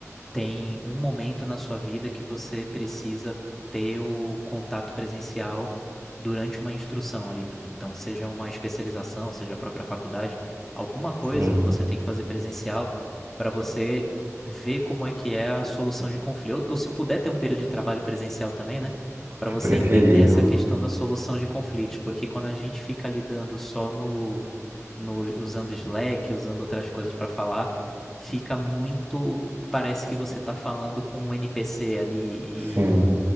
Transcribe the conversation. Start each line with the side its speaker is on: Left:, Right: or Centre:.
Centre: tem um momento na sua vida que você precisa ter o contato presencial durante uma instrução ali. Então, seja uma especialização, seja a própria faculdade, alguma coisa
Right: Sim,
Centre: você tem que fazer presencial para você ver como é que é a solução de conflito. Ou, ou se puder ter um período de trabalho presencial também, né? Para
Right: é
Centre: você
Right: preferível.
Centre: entender essa questão da solução de conflitos, porque quando a gente fica lidando só no, no usando Slack, usando outras coisas para falar, fica muito parece que você tá falando com um NPC ali e
Right: Sim,
Centre: e